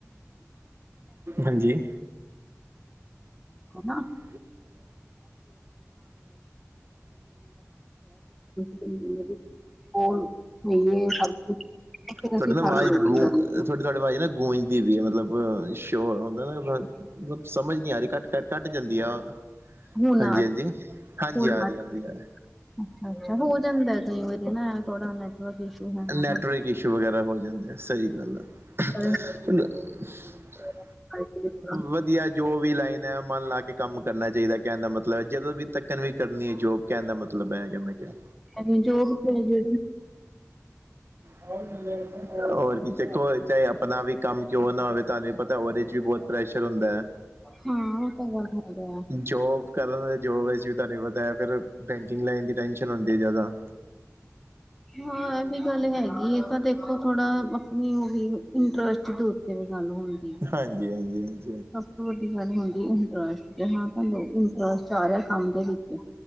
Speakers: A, on the right (about 50°); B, in the centre.
A: ਹਾਂਜੀ
B: ਨਾ
A: <unintelligible> <unintelligible>
B: ਜ਼ਿੰਦਗੀ ਵਿੱਚ ਕੋਲ ਹੋਈਏ ਸਭ ਕੁਝ ਫਿਰ
A: ਤੁਹਾਡੀ
B: ਅਸੀਂ
A: ਨਾ
B: ਫਾਰਮ
A: ਆਵਾਜ਼
B: ਲੋਡਿੰਗ
A: ਗੂੰ
B: ਕਰਨੀ ਹੈ
A: ਤੁਹਾਡੀ ਤੁਹਾਡੀ ਆਵਾਜ਼ ਨਾ ਗੂੰਜ ਦੀ ਵੀ ਹੈ ਮਤਲਬ ਚੋਰ ਹੁੰਦਾ ਨਾ ਮਤਲਬ ਸਮਝ ਨੀ ਆ ਰਹੀ ਘੱਟ ਘੱਟ ਜਾਂਦੀ ਆ
B: ਹੋਣ
A: ਹਾਂਜੀ ਹਾਂਜੀ ਹਾਂਜੀ
B: ਹੋਣ
A: ਆ ਰਹੀ
B: ਅੱਛਾ
A: ਆ ਰਹੀ ਆ
B: ਅੱਛਾ ਹੋ ਜਾਂਦਾ ਕਈ ਵਾਰੀ ਨਾ ਥੋੜਾ ਨੈਟਵਰਕ ਇਸ਼ੂ ਹੈਗਾ
A: ਨੈਟਵਰਕ
B: ਨਾ
A: ਇਸ਼ੂ ਵਗੈਰਾ ਹੋ ਜਾਂਦੇ। ਸਹੀ ਗੱਲ ਆ <unintelligible>
B: ਪਰ ਹਾਂ <unintelligible>
A: ਵਧੀਆ ਜੋ ਵੀ ਲਾਈਨ ਹੈ। ਮਨ ਲਾ ਕੇ ਕੰਮ ਕਰਨਾ ਚਾਹੀਦਾ। ਕਹਿਣ ਦਾ ਮਤਲਬ ਜਦੋਂ ਵੀ ਤੱਕਣ ਵੀ ਕਰਨੀ ਹੈ ਜੋ ਕਹਿਣ ਦਾ ਮਤਲਬ ਹੈਗਾ। ਮੈਂ ਕਿਹਾ
B: ਜੀ ਜੋ ਜਿਹੜੇ
A: ਹੋਰ ਕੀ ਚਖੋ-ਚਾਹੇ ਆਪਣਾ ਵੀ ਕੰਮ ਕਿਉਂ ਨਾ ਹੋਵੇ ਤੁਹਾਨੂੰ ਪਤਾ ਉਹਦੇ ਚ ਵੀ ਬਹੁਤ ਪ੍ਰੈਸ਼ਰ ਹੁੰਦਾ।
B: ਉਹ ਤਾਂ ਗੱਲ ਹੈਗਾ
A: ਜੋਬ ਕਰਾਂ, ਜੋਬ ਵਿੱਚ ਧੰਨਵਾਤਾ ਫਿਰ ਲਾਈਨ ਦੀ ਟੈਨਸ਼ਨ ਹੁੰਦੀ ਹੈ ਜ਼ਿਆਦਾ
B: ਹਾਂ, ਇਹ ਵੀ ਗੱਲ ਹੈਗੀ ਹੈ ਤਾਂ ਦੇਖੋ ਥੋੜਾ ਆਪਣੀ ਉਹ ਵੀ ਇੰਟਰਸਟ ਦੇ ਉੱਤੇ ਵੀ ਗੱਲ ਹੋਣੀ
A: ਹਾਂਜੀ, ਹਾਂਜੀ, ਹਾਂ।
B: ਸਭ ਤੋਂ ਵੱਡੀ ਗੱਲ ਹੁੰਦੀ ਇੰਟਰਸਟ ਤੇ ਹਾਂ ਤੁਹਾਨੂੰ ਇੰਟਰਸਟ ਆ ਰਿਹਾ। ਕੰਮ ਦੇ ਵਿੱਚ